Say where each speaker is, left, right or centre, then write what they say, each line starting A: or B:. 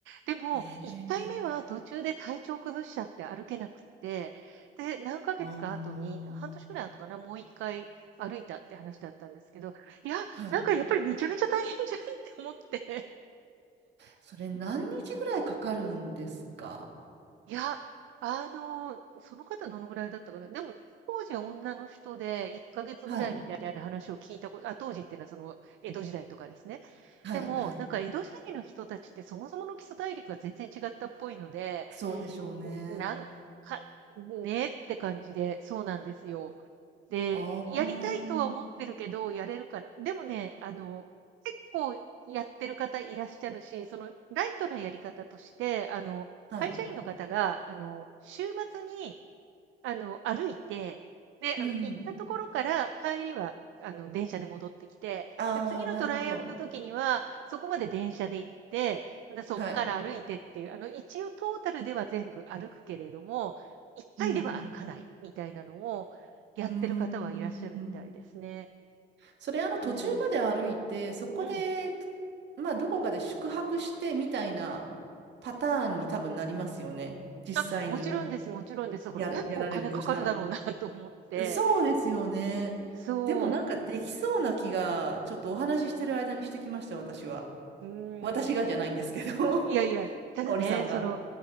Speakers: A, on the right (about 75°); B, on the right (about 60°).
A: でも1回目は途中で体調崩しちゃって歩けなくって、
B: ええ
A: で、何ヶ月か後に、
B: ああ
A: 半年くらい後かな、もう1回歩いたって話だったんですけど、いや、
B: ー、はい。
A: なんかやっぱりめちゃめちゃ大変じゃんって思って。
B: それ何日ぐらいかかるんですか
A: いや、あの、その方どのぐらいだったかな。でも、当時は女の人で1ヶ月ぐらいみたいな話を聞いたこと、
B: はい。
A: あ、当時っていうのはその江戸時代とかですね。
B: はい。
A: でも、
B: はい。
A: なんか江戸時代の人たちってそもそもの基礎体力が全然違ったっぽいので、
B: そうでしょうね。
A: んなんか、ねって感じで、そうなんですよ。で、
B: ああ、
A: やりたいとは思ってるけど、やれるから。でもね、あの、結構やってる方いらっしゃるし、そのライトなやり方として、あの、
B: はい。
A: 会社員の方が、あの、週末にあの、歩いて、で、
B: うん。
A: あの、行ったところから帰りは、あの、電車で戻ってきて、
B: ああ、
A: で、次のトライアルの時には、
B: なるほど。
A: そこまで電車で行って、またそっから歩いてっていう、
B: はい。
A: あの、一応トータルでは全部歩くけれども、一回では歩かないみたいなのをやってる方はいらっしゃるみたいですね。
B: うん。うーん。うんうんそれ、あの、途中まで歩いて、
A: うんうん。
B: そこで、
A: うん。
B: まあ、どこかで宿泊してみたいなパターンに多分なりますよね。実際に
A: あ、もちろんです、もちろんです。だから結構お金かかるだろうな
B: やら、やられるとしたら。
A: <laughs> と思って。
B: そうですよね。
A: そう。
B: でも、なんかできそうな気が、ちょっとお話ししてる間にしてきました、私は。
A: うーん。
B: 私がじゃないんですけど、<laughs>
A: いやいや、ただね、
B: 香織さんが。
A: その、